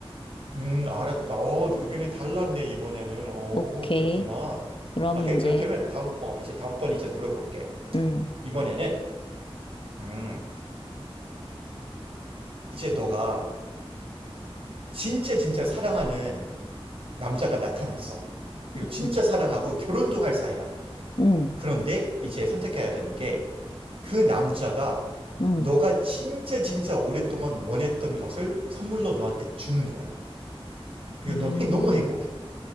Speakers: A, on the right; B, on the left.
A: 음 알았다 어 의견이 달랐네 이번에는 어
B: 오케이.
A: 그랬구나
B: 그러면
A: 아, 오케이
B: 이제,
A: 그럼 그러면 다음 어 이제 다음번 이제 물어볼게
B: 음,
A: 이번에는 음 이제 너가 진짜 진짜 사랑하는 남자가 나타났어 그리고 진짜
B: 음,
A: 사랑하고 결혼도 할 사이야
B: 음,
A: 그런데 이제 선택해야 되는 게 그 남자가
B: 음,
A: 너가 진짜 진짜 오랫동안 원했던 것을 선물로 너한테 주는 거야. 그리고
B: 음,
A: 넌 행- 너무 행복해.
B: 음,